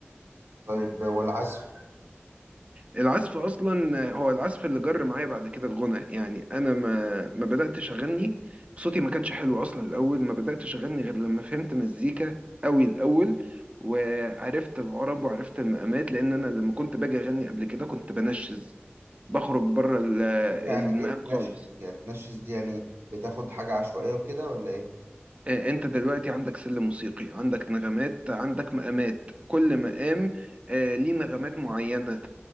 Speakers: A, on the right; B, on the right.
A: طيب والعزف
B: العزف اصلا هو العزف اللي جر معايا بعد كده الغنى يعني انا ما ما بداتش اغني صوتي ما كانش حلو اصلا الاول ما بداتش اغني غير لما فهمت مزيكا قوي الاول وعرفت العرب وعرفت المقامات لان انا لما كنت باجي اغني قبل كده كنت بنشز بخرج بره ال-
A: يعني
B: المقام
A: ايه تنشز
B: خالص
A: يعني تنشز دي يعني بتاخد حاجة عشوائية وكده ولا ايه
B: آه، انت دلوقتي عندك سلم موسيقي عندك نغمات عندك مقامات كل مقام آه، ليه نغمات معينة